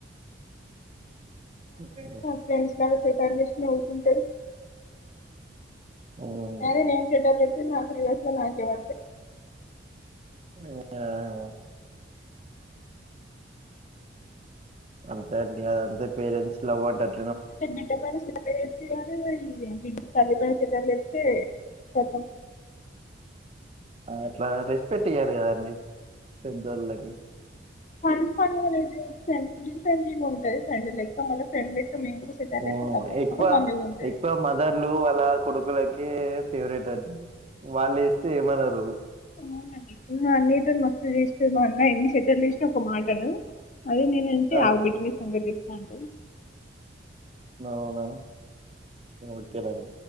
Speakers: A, on the right; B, on the left.
A: ఆ
B: ఫ్రెండ్స్ లాగా సెటర్లు వేసి నవ్వుకుంటది
A: ఆ
B: అదే నేను సెటర్లు వేస్తే నాకు రివర్స్ లో నాకే పడతయి
A: అంతే అండి అదంతే పేరెంట్స్ లవ్ అంటారు
B: అంటే బిడ్డ పైన చెటలు చేస్తే నీ మ బిడ్ తల్లి పైన చెటలు చేస్తే గతం
A: అట్లా రెస్పెక్ట్ ఇయ్యారు కదండి పెద్దోళ్ళకి
B: ఫన్ ఫన్ గా లేదు ఫ్రెండ్లీ ఫ్రెండ్లీగా ఉంటది ఫ్రెండ్ లెక్క మళ్ళ ఫ్రెండ్ లెక్క మేము కూడా సెటర్లు
A: మ్
B: వేస్తే కతం
A: ఎక్కువ
B: అప్పుడు మమ్మీ గుంతది
A: ఎక్కువ మదర్లు అలా కొడుకులకి ఫేవరెట్ అండి వాళ్ళు వేస్తే ఏమన్నారు అ
B: అవనండి ఇప్పుడు మ అన్నతోని మస్తు ఎన్ని సెటేర్ వే ఒక మాటను అదే నేను అంచి
A: ఆ,
B: ఆగబడ్ సంగతి చెప్ అంట
A: అవునా ఒకే అండి